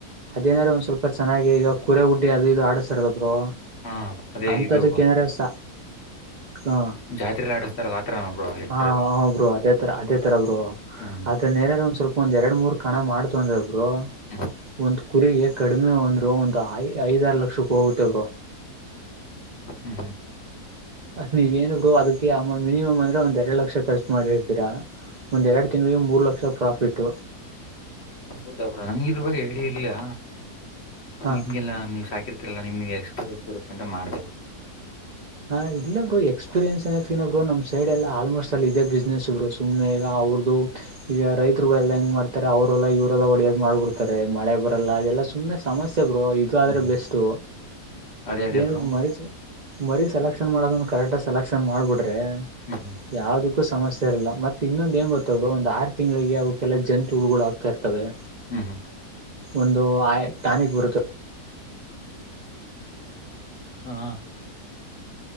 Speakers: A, on the right; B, on the left.
A: ಅದೇನಾರ ಒಂದ್ ಸ್ವಲ್ಪ ಚೆನ್ನಾಗಿ ಈಗ ಕುರೆ ಉುಡ್ಡಿ ಅದು ಈದು ಆಡಿಸ್ತಾರಬೇಕು
B: ಹಾ ಅದೇ
A: ಅಂತದಕ್ಕೆೇಂದ್ರೆ
B: ಇದು
A: ಸ ಹ
B: ಜಾತ್ರೆಲಿ ಆಡಿಸ್ತಾರಲ್ಲ ಆತರ ಬ್ರೋ ಹೇಳ್ತಿರೋದು
A: ಹಾ ಹ ಬ್ರರು ಅದೇ ತರ ಅದೇ ತರ ಬ್ರರು
B: ಹ್ಮ್
A: ಅದೇನ್ರ ಒಂದ್ ಸ್ವಲ್ಪ ಒಂದು ಎರಡು ಮೂರು ಕಣ ಮಾಡುತುಅಂದ್ರೆೊಬ್ರು
B: ಹ್ಮ್
A: ಒಂದು ಕುರಿಗೆ ಕಡಿಮೆ ಒಂದ್ರು ಒಂದು ಐ ಐದಾರ ಲಕ್ಷ ರೂಪಿ ಹೋಗುತ್ ಬ್ರೋ
B: ಹ್ಮ್ ಹ್ಮ್
A: ಅದ ನೀವ ಏನ ಬರು ಅದಕ್ಕೆ ಅ ಮಿನಿಮಮ್ ಅಂದ್ರೆ ಒಂದ್ ಎರಡು ಲಕ್ಷ ಖರ್ಚು ಮಾಡಿರ್ದ್ದೀರಾ ಒಂದ್ಎರಡು ತಿಂಗಳಿಗೆ ಮೂರು ಲಕ್ಷ ಪ್ರಾಫಿಟ್
B: ಹೌದಾಬ್ರ ನಂಗ ಇದ್ರ ಬಗ್ಗೆ ಹೇಳಿಯ ಇರ್ಯಾ
A: ಹ
B: ನಿಮ್ಗೆಲ್ಲಾ ನೀವ್ ಸಾಕಿರ್ತ ನಿಮಗೆ ಎಕ್ಸ್ಪೀರಿಯನ್ಸ್ ಇರುತ್ತೆ ಅಂತ ಮಾಡ್ದ
A: ಹಾ ಇಲ್ಲ ಬರು ಎಕ್ಪೀರಿಯನ್ಸ್ ಏಕಿ ಬರು ನಮ ಸೈಡ್ ಎಲ್ಲ ಆಲ್ಮೋಸ್ಟ್ ಅಲ್ಲಿಲ್ಲ ಇದೇ ಬಿಸ್ನೆಸ್ರು ಸುನೆ ಈಗ ಅವ್ರ ಈಗ ರೈತರುಗಳೆಲ್ಲಾ ಹೆಂಗ ಮಾಡ್ತಾರೆ ಅವರೆಲ್ಲ ಇವರೆಲ್ಲ ಹೊಡೆಯೋದು ಮಾಡ್ಬಿಡ್ತಾರೆ ಮಳೆ ಬರಲ್ಲ ಅದೆಲ್ಲ ಸು ಒ ಸಮಸ್ಯೆ ಬ್ರೋ ಇದು ಆದ್ರೆ
B: ಹ್ಮ್
A: ಬೆಸ್ಟ್
B: ಅದೇ ಅದೇ
A: ಏನು
B: ಬ್ರೋ
A: ಮರತ ಮರಿಸೆಲೆಕ್ಷನ್ ಮಾಡೋದಂದು ಕರೆಕ್ಟ್ ಸೆಲೆಕ್ಷನ್ ಮಾಡ್ಬಿಟ್ರೆ
B: ಹ್ಮ್ ಹ್ಮ್
A: ಯಾವ್ದ ಸಮಸ್ಯೆ ಇಲ್ಲ ಮತ್ತ ಇನ್ನೊಂದು ಏಂಗ ಗೊತ್ತದ್ರು ಒಂದು ಆರು ತಿಂಗಳಿಗೆ ಅವೆಲ್ಲ ಜಂತು ಉಳಗಳು ಹ ಆಗ್ತಾ ಇ
B: ಹ್ಮ್ ಹ್ಮ್
A: ಒಂದು ಆಯ ನಿಕ್ ಬರುತ್ತದೆ
B: ಹಾ